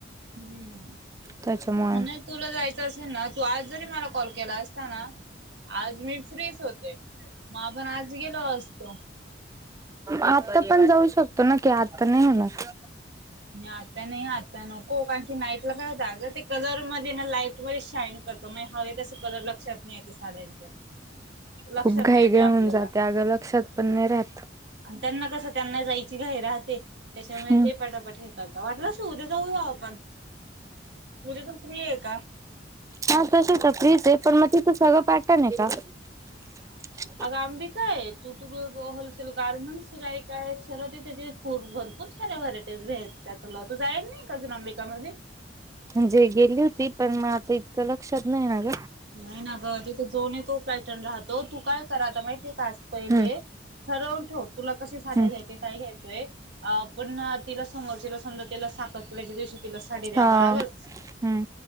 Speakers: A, on the right; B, on the right.
A: हम्म.
B: त्याच्यामुळे
A: नाही तुला जायचं असेल ना तू आज जरी मला कॉल केला असताना आज मी फ्रीच होते मग आपण आज गेलो असतो.
B: आता पण जाऊ शकतो न की आता नाही होणार.
A: आता नाही आ. नको कारण की नाईटला का जाग ते कलर मध्ये ना लाईट मध्ये शाईन करतो म हवे तसे कलर लक्षात नाही येते साड्यांचे लक्षात
B: खूप घाई
A: नाही येते
B: घाई
A: आपल्याला
B: होऊन जाते अगं लक्षात पण नाही राहत
A: आणि त्यांना कसं त्यांना जायची घही राहते त्याच्यामुळे
B: हम्म
A: ते पटापट ठीक वाटलंस उद्या जाऊया आपण उद्या जाऊ फ्री आहे का?
B: हा तस तर फ्रीच आहे पण मग तिथं सगळं पाठत नाही का? <unintelligible>
A: अग आंबी काय तू तू होलसेल गार्मेंट्स जाय काय सरवती खूर भरपूर साऱ्या व्हरायटीज भेेत त्यातला तू जाईल नाही का अजून अंबिका म
B: म्हणजे गेली होती पण मग आता इतक लक्षात नाही ना ग.
A: नाही ना ग तिथं जो नाही तो पॅटर्न राहतो तू काय कराता माहिती काास पहिले
B: हम्म
A: सरवून ठेव तुला कसे साधे
B: हम्म
A: घ्यायचे काय घ्यायचय पण तिला समोरचे समजा तिला साखर पुुड्याच्या दिवशी तिला साडी द्यावा
B: हा
A: लागेल.
B: हम्म